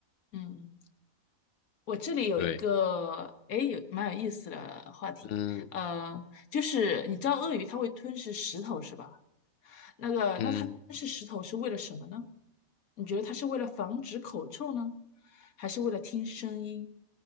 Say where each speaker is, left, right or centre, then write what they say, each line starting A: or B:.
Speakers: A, on the left; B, on the left.
A: 嗯。我这里有一个，
B: 对，
A: 哎，有蛮有意思的话题，
B: 嗯
A: 呃，就是你知道鳄鱼它会吞噬石头是吧？那个，
B: 嗯。
A: 那它吞噬石头是为了什么呢？你觉得它是为了防止口臭呢，还是为了听声音？